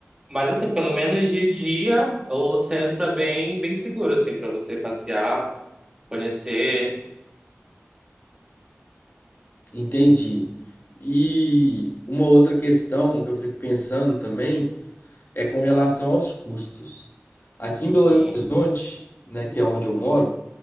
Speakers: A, on the right; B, on the left.
A: Mas assim, pelo menos de dia, o centro é bem, bem seguro, assim, para você passear, conhecer.
B: entendi. E uma outra questão que eu fico pensando também é com relação aos custos. Aqui em Belo
A: Uhum,
B: Horizonte, né, que é onde eu moro,